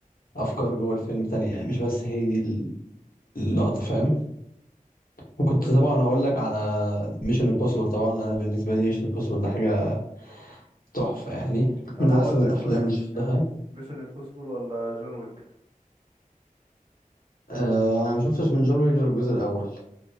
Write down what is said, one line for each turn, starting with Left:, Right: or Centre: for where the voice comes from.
Left: افكار جوه الفيلم تانية يعني مش بس هي دي اللقطه فاهم وكنت
Right: دي
Left: طبعا هقول لك على ميشن امبوسيبل طبعا انا بالنسبه لي ميشن امبوسيبل ده حاجه تحفه يعني
Right: طب
Left: من
Right: اقول
Left: احسن
Right: لك
Left: الافلام
Right: طيب
Left: اللي شفتها
Right: يعني ميشن امبوسيبل ولا جون ويك
Left: آه انا ما شفتش من جون ويك غير الجزء الاول